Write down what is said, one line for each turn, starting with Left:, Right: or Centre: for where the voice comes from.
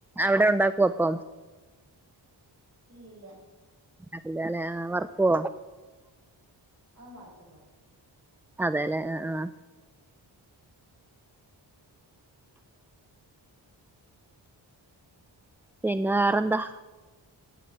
Centre: അവടെ ഉണ്ടാക്കും അപ്പം.
Right: ഇല്ലില്ല.
Centre: അത് ഇല്ലലെ വർക്കോ
Right: അതങ്ങ് വറ്ക്കും
Centre: അതെലെ ആ ആ. പിന്നെ വേറെന്താ.